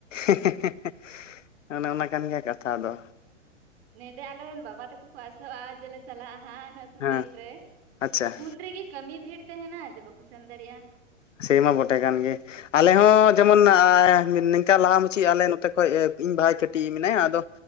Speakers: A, on the left; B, on the right.
A: ᱦᱮᱸ ᱦᱮᱸ ᱦᱮᱸ ᱚᱱᱮ ᱚᱱᱟ ᱠᱟᱱ ᱜᱮᱭᱟ ᱠᱟᱛᱷᱟ ᱫᱚ᱾
B: ᱱᱮᱰᱮ ᱟᱞᱮ ᱨᱮᱱ ᱵᱟᱵᱟ ᱛᱟᱠᱚ ᱠᱚ ᱟᱥᱚᱜᱼᱟ ᱡᱮᱞᱮ ᱪᱟᱞᱟᱜᱼᱟ ᱦᱟᱸᱜ
A: ᱦᱮᱸ
B: ᱫᱤᱱ ᱨᱮ
A: ᱟᱪᱪᱷᱟ
B: ᱩᱱ ᱨᱮᱜᱮ ᱠᱟᱹᱢᱤ ᱵᱷᱤᱲ ᱛᱟᱦᱮᱱᱟ ᱡᱮ ᱵᱟᱠᱚ ᱥᱮᱱ ᱫᱟᱲᱮᱭᱟᱜᱼᱟ᱾
A: ᱥᱮ ᱢᱟ ᱵᱚᱴᱮ ᱠᱟᱱ ᱜᱮ ᱟᱞᱮ ᱦᱚᱸ
B: ᱦᱮᱸ
A: ᱡᱮᱢᱚᱱ ᱟᱻ ᱱᱤᱝᱠᱟ ᱞᱟᱦᱟ ᱢᱩᱪᱤ ᱟᱞᱮ ᱱᱚᱛᱮ ᱠᱷᱚᱡ ᱤᱧ ᱵᱷᱟᱭ ᱠᱟᱹᱴᱤᱡ ᱮᱡ ᱢᱮᱱᱟᱭᱟ ᱟᱫᱚ